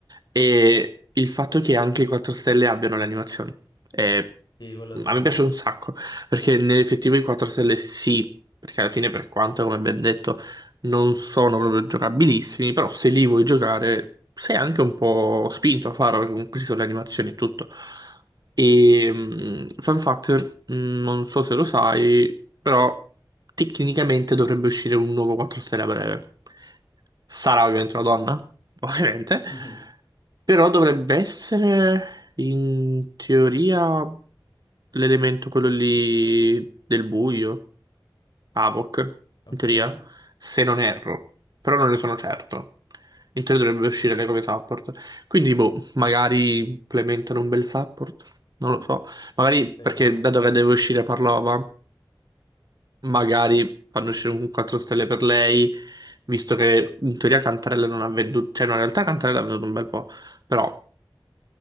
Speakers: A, on the right; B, on the left.
A: e il fatto che anche i 4 stelle abbiano le animazioni. è-
B: Sì, quello è vero.
A: a me piace un sacco, perché nell'effettivo i 4 stelle sì, perché alla fine per quanto, come ben detto, non sono proprio giocabilissimi, però se li vuoi giocare sei anche un po' spinto a farlo, perché comunque ci sono le animazioni e tutto. E mh, fun fact, mh, non so se lo sai, però tecnicamente dovrebbe uscire un nuovo 4 stelle a breve. Sarà ovviamente una donna, <laughs> ovviamente,
B: <laughs> Mhm.
A: però dovrebbe essere in teoria l'elemento quello lì del buio. Havok,
B: Ok,
A: in teoria, se non erro, però non ne sono certo. In teoria dovrebbe uscire anche come support. Quindi, boh, magari implementano un bel support, non lo so. Magari
B: speriamo.
A: perché dato che deve uscire Parlova, magari fanno uscire un 4 stelle per lei, visto che in teoria Cantarella non ha venduto, cioè no, in realtà Cantarella ha venduto un bel po'. Però